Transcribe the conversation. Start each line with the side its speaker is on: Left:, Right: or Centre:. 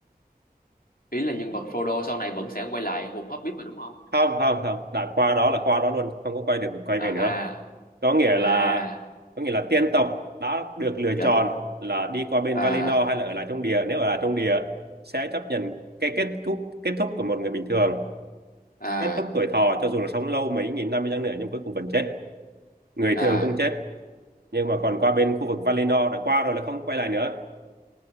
Left: Ý là nhân vật Frodo sau này vẫn sẽ quay lại vùng Hobbit mà đúng không?
Right: không không không, đã qua đó là qua đó luôn, không có quay được quay
Left: À
Right: về nữa có nghĩa
Left: à à
Right: là có nghĩa là tiên tộc đã được lựa
Left: trời
Right: chọn là đi qua bên
Left: à
Right: Valinor hay là ở lại trong địa nếu ở lại trong địa sẽ chấp nhận cái kết thúc kết thúc của một người bình thường
Left: à
Right: kết thúc tuổi thọ cho dù là sống lâu mấy nghìn năm đi chăng nữa nhưng cuối cùng vẫn chết người
Left: à
Right: thường cũng chết nhưng mà còn qua bên khu vực Valinor đã qua rồi là không quay lại nữa